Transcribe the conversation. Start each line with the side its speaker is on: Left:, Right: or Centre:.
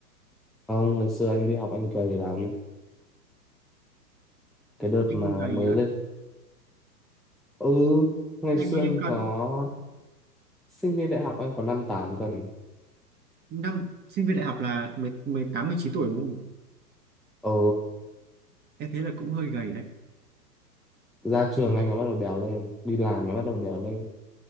Centre: không ngày xưa anh đi học anh cười lắm cái đợt
Right: anh
Centre: mà
Right: gầy
Centre: mới
Right: á
Centre: lên ừ ngày
Right: anh
Centre: xưa
Right: bao nhiêu
Centre: anh
Right: cân
Centre: có sinh viên đại học anh có năm tám cân
Right: năm sinh viên đại học là mười mười tám mười chín tuổi đúng không
Centre: ờ
Right: em thấy là cũng hơi gầy đấy
Centre: ra trường anh mới bắt đầu béo lên đi làm mới bắt đầu béo lên